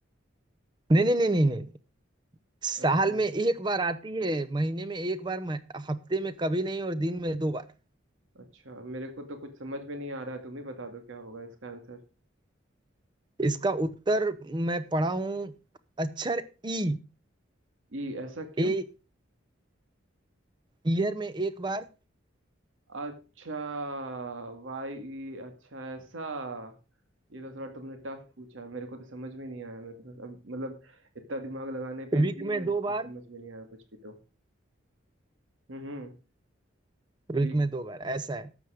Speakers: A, on the right (about 20°); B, on the right (about 75°).
A: नहीं नहीं नहीं नहीं नहीं नहीं। साल
B: अच्छा
A: में एक बार आती है महीने में एक बार मह- हफ्ते में कभी नहीं और दिन में दो बार
B: अच्छा मेरे को तो कुछ समझ में नहीं आ रहा है तुम ही बता दो क्या होगा इसका आंसर
A: इसका उत्तर मैं पढ़ा हूँ अक्षर ई
B: ई ऐसा क्यों
A: ए ईयर में एक बार
B: अच्छा वाई ई, अच्छा ऐसा ये तो थोड़ा तुमने टफ पूछा मेरे को तो समझ में नहीं आया मेरे को तो अब मतलब इतना दिमाग लगाने पे
A: वीक
B: भी
A: में
B: मेरे
A: दो
B: को
A: बार
B: समझ में नहीं आया कुछ भी तो हम्म वीक
A: वीक में दो बार ऐसा है